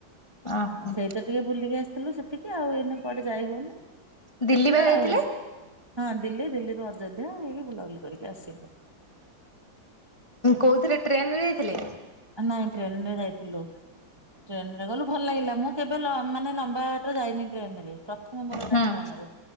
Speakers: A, on the left; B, on the right.
A: ଓହୋ
B: ସେଇ ତ ଟିକେ ବୁଲିକି ଆସିଥିଲୁ ସେତିକି ଆଉ ଏଇନ କୁଆଡେ ଯାଇ ହଉନି
A: ଦିଲ୍ଲୀ
B: ଦେଖିବା
A: ବା ଯାଇଥିଲେ?
B: ଆଉ। ହଁ ଦିଲ୍ଲୀ ଦିଲ୍ଲୀରୁ ଅଯୋଧ୍ୟା ହେଇକି ବୁଲାବନ୍ଦ କରିକି ଆସିଲୁ।
A: କୋଉଥିରେ ଟ୍ରେନରେ ଯାଇଥିଲେ?
B: ଆ ନା ଏଇ ଟ୍ରେନରେ‌ ଯାଇଥିଲୁ। ଟ୍ରେନ ରେ ଗଲୁ ଭଲ ଲାଗିଲା। ମୁଁ କେବେ ମାନେ ଲମ୍ବା ବାଟ ଯାଇନି ଟ୍ରେନ ରେ। ପ୍ରଥମ ମୋର ଏଇଟା
A: ହୁଁ
B: ଜୀବନରେ।